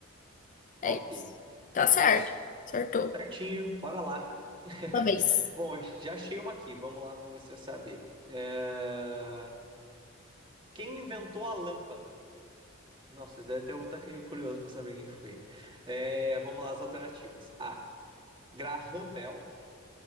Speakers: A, on the right; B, on the left.
A: Top.
B: É isso. Tá
A: É
B: certo.
A: isso.
B: Acertou.
A: Certinho, bora lá. <laughs>
B: Talvez.
A: Bom, já achei uma aqui. Vamos lá, vamos ver se você vai saber. É, Quem inventou a lâmpada? Nossa, deve até eu estar curioso para saber quem foi. É, Vamos lá, as alternativas. A. Graham Bell.